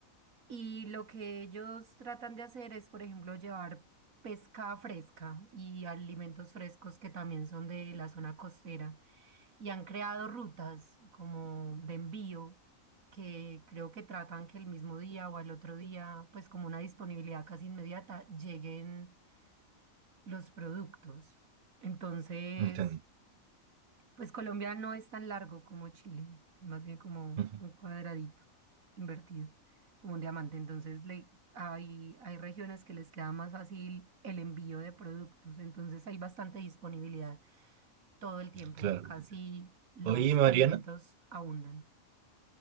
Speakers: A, on the right (about 80°); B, on the right (about 70°).
A: Y lo que ellos tratan de hacer es, por ejemplo, llevar pesca fresca y alimentos frescos que también son de la zona costera. Y han creado rutas como de envío que creo que tratan que el mismo día o al otro día, pues como una disponibilidad casi inmediata, lleguen los productos. Entonces...
B: Entiendo.
A: Pues Colombia no es tan largo como Chile, es más bien como
B: Ujú,
A: un cuadradito invertido, como un diamante. Entonces le, hay, hay regiones que les queda más fácil el envío de productos, entonces hay bastante disponibilidad todo el tiempo.
B: Claro.
A: Acá sí los
B: Oye, Mariana,
A: alimentos abundan,